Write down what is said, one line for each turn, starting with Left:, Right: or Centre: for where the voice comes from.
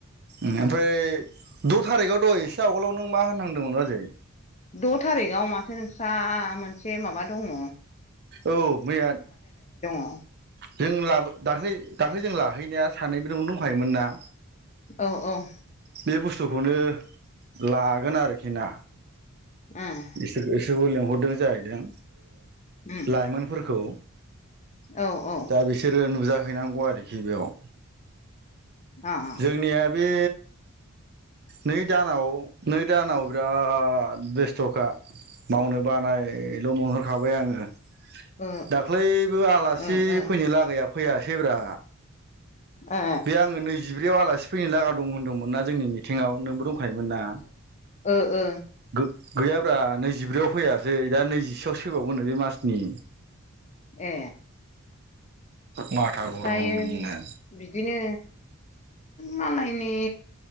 Right: ओमफ्राय द थारिखआव दहाय एसे आवगोलाव नों मा होनहांदोंमोन बाजै
Left: द थारिखआव माथो नोंस्रा मोनसे माबा दंङ?
Right: औ मैया
Left: औ
Right: जों लाबो दाख्लै दाख्लै जों लाहैनाया सानैबो नोंबो दंखायोमोन ना?
Left: औ औ
Right: बे बुस्थुखौनो लागोन आरोखि ना।
Left: उम
Right: बिसोर बिसोरखौ लिंहरदों जाहैदों
Left: उम
Right: लाइमोनफोरखौ
Left: औ औ
Right: दा बिसोरो नुजाहैनांगौ आरोखि बेयाव
Left: अ
Right: जोंनिया बे नै दानाव नै दानाव बिराद बेस्थ'खा मावनो बानायल मोनहरखाबाय आंङो
Left: ओ
Right: दाख्लैबो आलासि
Left: ओ ओ
Right: फैनो लागाया फैयासैब्रा।
Left: ए
Right: बे आंङो नैजिब्रैयाव आलासि फैनो लागा दं होनदोंमोन ना जोंनि मिथिंआव नोंबो दंखायोमोन ना?
Left: ओ ओ
Right: गो गैयाब्रा नैजिब्रैयाव फैयासै दा नैजिसेआव फैबावगोन नो बे मासनि।
Left: ए
Right: माथा गरमनो
Left: जायो बिदिनो मालायनि